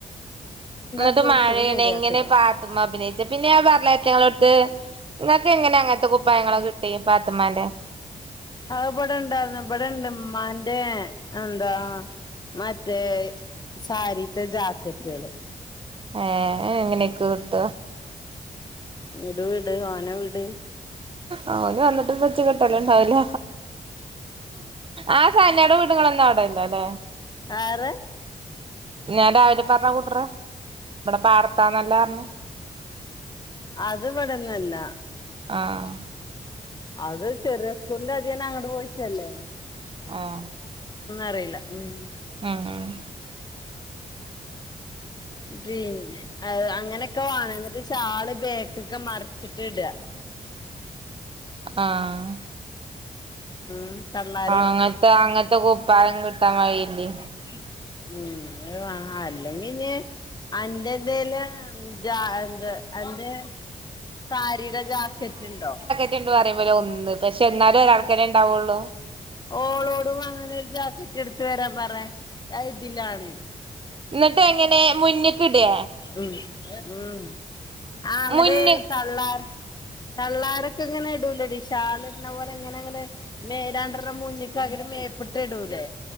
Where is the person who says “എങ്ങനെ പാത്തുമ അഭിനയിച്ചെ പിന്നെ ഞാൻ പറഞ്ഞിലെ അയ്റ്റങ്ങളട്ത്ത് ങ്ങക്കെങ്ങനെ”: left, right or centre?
Right